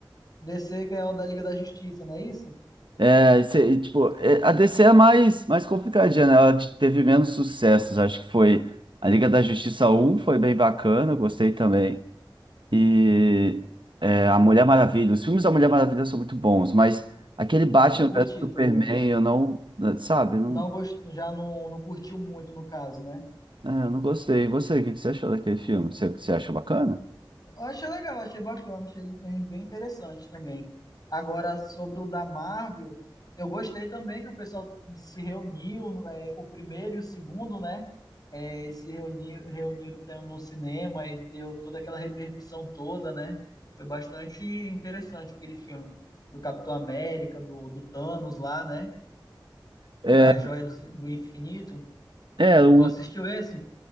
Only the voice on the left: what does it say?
DC, que é o da Liga da Justiça, não é isso?
Eu curti
também.
Não gost... Já não, não curtiu muito, no caso, né?
Eu achei legal, achei bacana, achei ele bem interessante também. Agora, sobre o da Marvel, eu gostei também que o pessoal se reuniu, é, o primeiro e o segundo, né? É, eles se reuniram, reuniram tam- no cinema e deu toda aquela repercussão toda, né? Foi bastante interessante aquele filme do Capitão América, do, do Thanos lá, né?
Da Joia do, do Infinito.
Tu assistiu esse?